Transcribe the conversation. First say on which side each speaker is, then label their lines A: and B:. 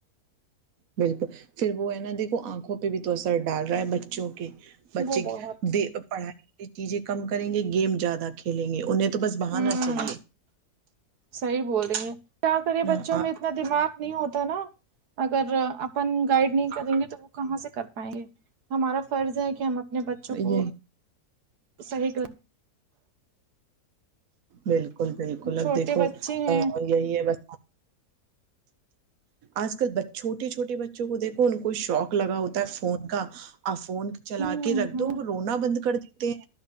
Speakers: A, on the right; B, on the right.
A: بالکل پھر وہ ہے نا دھو آنکھوں پہ بھی تو اثر ڈال رہا ہے بچوں کے بچے
B: وہ بہت
A: پڑھائی وال چیزیں کم کریں گے گیم زیادہ کھیلیں گے انہیں تو بس بہانا
B: ہوں
A: چاہیے
B: صحیح بول رہی ہیں کیا کرے
A: نا
B: بچوں میں
A: آپ
B: تو اتنا دماغ نہیں ہوتا نا اگر اپن گائڈ نہیں کریں گے تو وہ کہاں سے کر پائیں گے ہمارا فرض ہے کہ ہم اپنے بچوں کو
A: یہ
B: صحیح کر
A: بالکل بالکل
B: چھوٹے
A: اب دیکھو
B: بچے ہیں
A: یہی ہے بس آج کل چھوٹے چھوٹے بچوں کو دیکھو ان کو شوق لگا ہوتا ہے فون کا آ فون چلا
B: ہ
A: کے رکھ دو وہ رونا بند کر دیتے ہیں